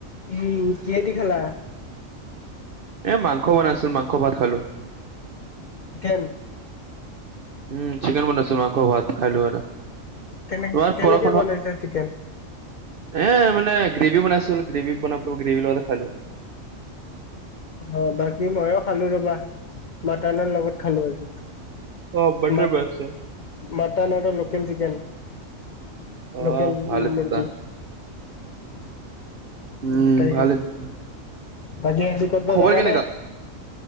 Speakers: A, on the left; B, on the right.
A: উম, কিহেদি খালা?
B: এ মাংস বনাইছিলে। মাংস ভাত খালোঁ।
A: চিকেন
B: উম চিকেন বনাইছিল মাংস, ভাত খালোঁ আৰু।
A: কেনে
B: ৰ'দ
A: কেনেকে
B: বৰষুণৰত
A: বনাইছা চিকেন?
B: এই মানে। গ্ৰেভি বনাইছিলোঁ। গ্ৰেভি বনাব গ্ৰেভীৰ লগতে খালোঁ।
A: অহ' বাকী ময়ো খালোঁ ৰবা। মাটনৰ লগত খালোঁ আজি।
B: অ বাটাৰ
A: মা
B: বনাইছে
A: মাটন আৰু লোকেল চিকেন।
B: অ
A: লোকেল
B: ভালে তেতিয়া
A: মুৰ্গী।
B: উম
A: গোটাই
B: ভালে
A: খাব।
B: তেতিয়া
A: বাকী আজি কতবা
B: খবৰ
A: যাবা
B: কেনেকা
A: নে?